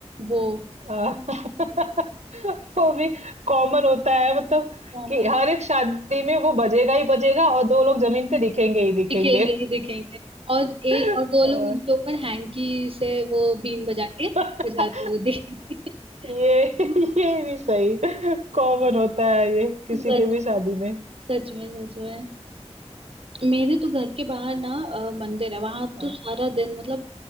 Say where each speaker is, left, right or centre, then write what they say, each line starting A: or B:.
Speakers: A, on the right; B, on the right.
A: वो
B: आ, <laughs> वो भी कॉमन होता है मतलब
A: हम
B: कि हर एक शादी में वो बजेगा ही बजेगा और दो लोग जमीन पे दिखेंगे ही दिखेंगे
A: दिखेंगे ही दिखेंगे और ए
B: <laughs>
A: और दो लोग
B: आ,
A: उनके ऊपर हैंकी से वो बीन बजा के
B: <laughs>
A: बजाते हुए दिखेंगे
B: ये <laughs>
A: <laughs>
B: ये भी सही कॉमन होता है ये किसी
A: सच
B: के भी शादी में
A: सच में सच में मेरे तो घर के बाहर ना अ, मंदिर है वहां
B: हाँ
A: तो सारा दिन मतलब